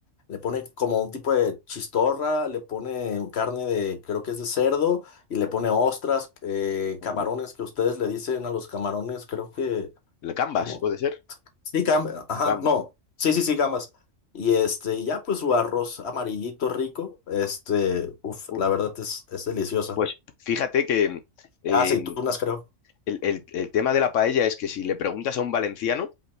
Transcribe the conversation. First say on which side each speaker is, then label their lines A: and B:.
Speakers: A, on the left; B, on the left.
A: le pone como un tipo de chistorra, le pone carne de, creo que es de cerdo, y le
B: Uf,
A: pone ostras, eh,
B: no.
A: camarones que ustedes le dicen a los camarones, creo que,
B: La gambas,
A: ¿cómo?
B: puede ser.
A: Sí, gambas, ajá,
B: Gamba.
A: no, sí, sí, sí, gambas. Y este, y ya pues su arroz amarillito rico, este, uff,
B: Uh,
A: la verdad es, es deliciosa.
B: Pues fíjate que eh,
A: Aceitunas, creo.
B: el, el- el tema de la paella es que si le preguntas a un valenciano